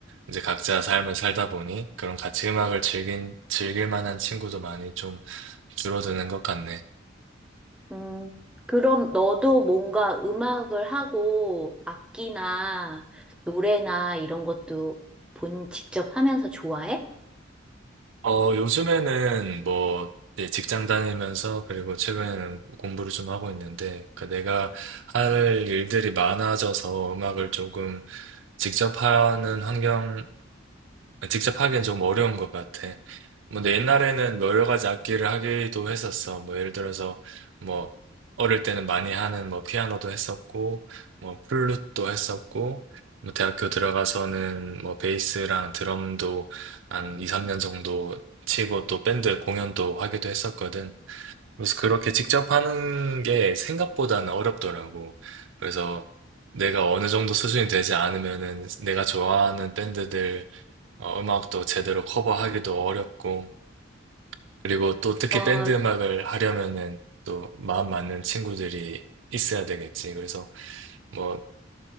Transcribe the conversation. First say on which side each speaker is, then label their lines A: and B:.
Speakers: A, on the right (about 75°); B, in the centre.
A: 이제 각자 삶을 살다 보니 그런 같이 음악을 즐긴, 즐길 만한 친구도 많이 좀 줄어드는 것 같네.
B: 음. 그럼 너도 뭔가 음악을 하고 악기나 노래나 이런 것도 본 직접 하면서 좋아해?
A: 어, 요즘에는 뭐 이제 직장 다니면서 그리고 최근에는 공부를 좀 하고 있는데 그 내가 할 일들이 많아져서 음악을 조금 직접 하는 환경, 직접 하기엔 좀 어려운 것 같아. 뭐, 내 옛날에는 뭐 여러 가지 악기를 하기도 했었어. 뭐, 예를 들어서, 뭐, 어릴 때는 많이 하는 뭐, 피아노도 했었고, 뭐, 플룻도 했었고, 뭐, 대학교 들어가서는 뭐, 베이스랑 드럼도 한 2, 3년 정도 치고 또 밴드 공연도 하기도 했었거든. 그래서 그렇게 직접 하는 게 생각보다는 어렵더라고. 그래서 내가 어느 정도 수준이 되지 않으면은 내가 좋아하는 밴드들 어, 음악도 제대로 커버하기도 어렵고, 그리고 또 특히
B: 아,
A: 밴드 음악을 하려면은 또 마음 맞는 친구들이 있어야 되겠지. 그래서 뭐